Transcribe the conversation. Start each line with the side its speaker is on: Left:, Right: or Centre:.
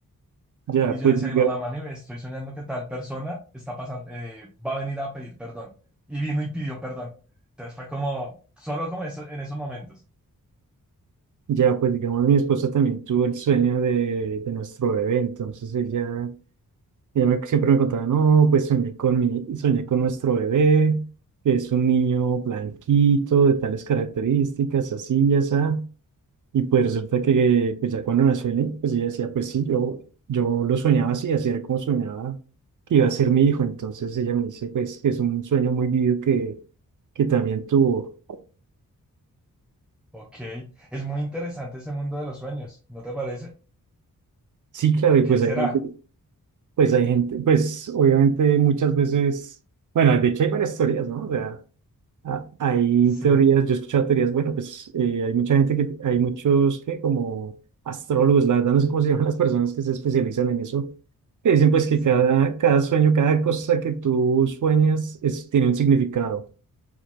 Right: Ya,
Centre: Y yo
Right: pues,
Centre: le decía
Right: diga-
Centre: a mi mamá, mami, me estoy soñando que tal persona está pasando, eh, va a venir a pedir perdón. Y vino y pidió perdón. Entonces fue como, solo como eso, en esos momentos.
Right: ya, pues digamos, mi esposa también tuvo el sueño de, de nuestro bebé, entonces ella, ella me- siempre me contaba, no, pues soñé con mi, soñé con nuestro bebé, es un niño blanquito, de tales características, así y así, y pues resulta que pues ya cuando nació el niño, pues ella decía, pues sí, yo, yo lo soñaba así, así era como soñaba que iba a ser mi hijo, entonces ella me dice, pues, que es un sueño muy vivido que, que también tuvo.
Centre: Ok, es muy interesante ese mundo de los sueños, ¿no te parece?
Right: Sí, claro, y
Centre: ¿Qué
Right: pues
Centre: será?
Right: hay gente, pues hay gente, pues obviamente muchas veces, bueno, de hecho hay varias teorías, ¿no? O sea, a- hay
Centre: Sí,
Right: teorías, yo he escuchado teorías, bueno, pues eh, hay mucha gente que, hay muchos que como astrólogos, la verdad no sé cómo se <laughs> llaman las personas que se especializan en eso, que dicen pues que
Centre: sí.
Right: cada, cada sueño, cada cosa que tú sueñas es, tiene un significado.